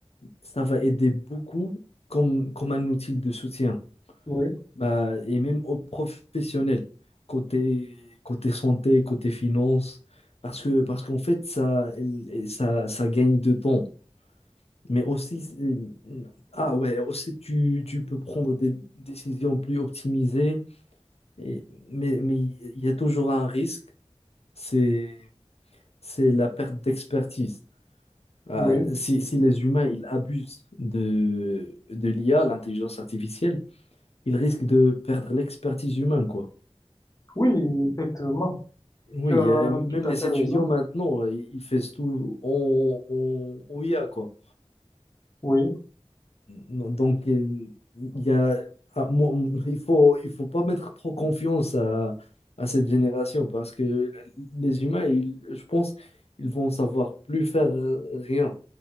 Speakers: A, on the left; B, on the left.
A: ça va aider beaucoup comme, comme un outil de soutien.
B: Oui,
A: Bah, et même aux professionnels, côté, côté santé, côté finance, parce que, parce qu'en fait, ça, ça, ça gagne de temps. Mais aussi, c'est- ah ouais, aussi tu, tu peux prendre des décisions plus optimisées, et, mais, mais il y a toujours un risque, c'est, c'est la perte d'expertise. Ah,
B: oui,
A: si, si les humains ils abusent de, de l'IA, l'intelligence artificielle, ils risquent de perdre l'expertise humaine, quoi.
B: oui, effectivement.
A: Oui,
B: Tu as
A: euh, même
B: tout à
A: les
B: fait
A: étudiants
B: raison.
A: maintenant, euh, ils ils font tout en, en- en I a quoi.
B: Oui,
A: Non, Donc, euh, il y a, ah, moi, il faut, il faut pas mettre trop confiance à, à cette génération parce que les humains, ils- je pense, ils vont savoir plus faire euh, rien.